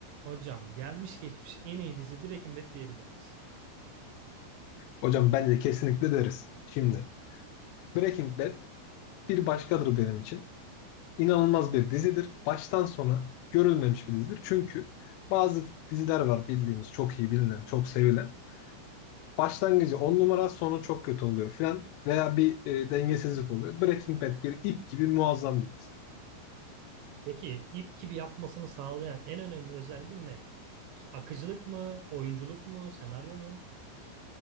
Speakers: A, on the right; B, on the left.
A: Hocam gelmiş geçmiş en iyi dizi Breaking Bad diyebilir miyiz?
B: Hocam bence kesinlikle deriz. Şimdi Breaking Bad bir başkadır benim için. İnanılmaz bir dizidir. Baştan sona görülmemiş bir dizidir. Çünkü bazı diziler var bildiğimiz çok iyi bilinen, çok sevilen. Başlangıcı 10 numara, sonu çok kötü oluyor filan veya bir e, dengesizlik oluyor. Breaking Bad bir ip gibi muazzam bir dizi.
A: Peki ip gibi yapmasını sağlayan en önemli özelliği ne? İşte Akıcılık mı, oyunculuk mu, senaryo mu?